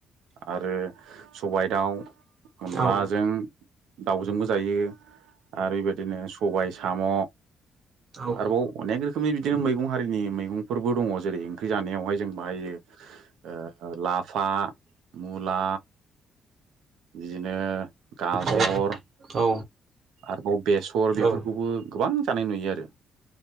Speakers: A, on the right; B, on the right.
A: आरो सबाइ दाउ अनलाजों
B: औ
A: दाउजोंबो जायो आरो बेदिनो सबाय साम'
B: औ
A: आरोबाव अनेक रो खोमनि बिदिनो मैगं हारिनि मैगंफोरबो दङ जेरै ओंख्रि जानायावहाय जेनबा ओ ला फा मुला बिदिनो
B: ओमफ्राय
A: गाजर
B: औ
A: आरोबाव बेसर
B: औ
A: बेफोरखौबो गोबां जानाय नुयो आरो।